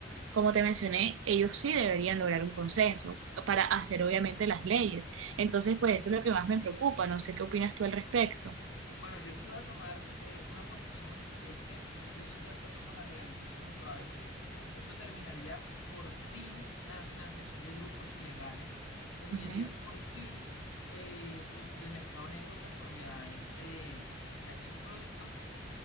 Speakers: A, on the right; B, on the left.
A: como te mencioné, ellos sí deberían lograr un consenso para hacer obviamente las leyes. Entonces, pues eso es lo que más me preocupa. No sé qué opinas tú al respecto.
B: Bueno, yo sí voy a tomar eh, una posición y es que yo estoy de acuerdo con la legalización, toda vez que eso terminaría por fin la financiación de grupos ilegales, terminaría
A: Ujú.
B: por fin eh, pues el mercado negro conforme a este, a estos productos